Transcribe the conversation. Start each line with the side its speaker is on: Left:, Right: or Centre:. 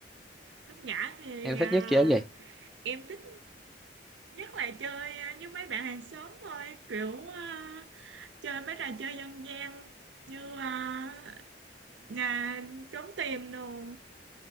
Right: lúc nhỏ thì
Centre: em thích
Right: à,
Centre: nhất chơi cái gì
Right: em thích nhất là chơi à, với mấy bạn hàng xóm thôi kiểu à, chơi mấy trò chơi dân gian như à, nhà trốn tìm đồ